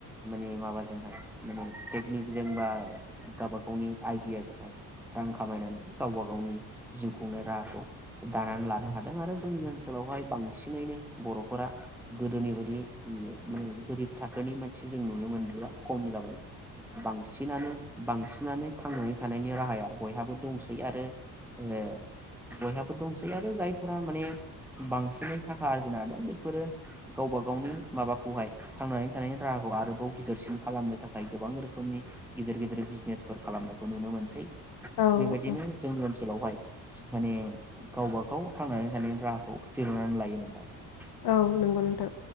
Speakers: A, in the centre; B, on the left (about 50°).
A: माने माबाजोंहाय माने टेकनिकजों बा गावबा गावनि आइडियाजोंहाय रां खामायनानै गावबा गाव गावनि जिउखुंनाय राहाखौ दानानै लानो हादों आरो जोंनि ओनसोलावहाय बांसिनैनो बर'फोरा गोदोनि बायदि माने गोरिब थाखोनि मानसि जों नुनो मोनलिया खम जाबाय बांसिनानो बांसि नानो थांनानै थानायनि राहाया बयहाबो दंसै आरो ए बयहाबो फोर दंसै आरो जायफोरा माने बांसिनै थाखा आरजिना दं बेफोरो गावबा गावनि माबाखौहाय थांनानै थानायनि राहाखौ आरोबाव गिदिरसिन खालामनो थाखाय गोबां रोखोमनि गिदिर गिदिर बिजनेसफोर खालामनायखौ नुनो मोनसै
B: औ
A: बेबायदिनो
B: औ
A: जोंनि ओन सोलावहाय माने गावबागाव थांनानै थानायनि राहाखौ दिरुननानै लायो नोंथां
B: औ नंगौ नोंथां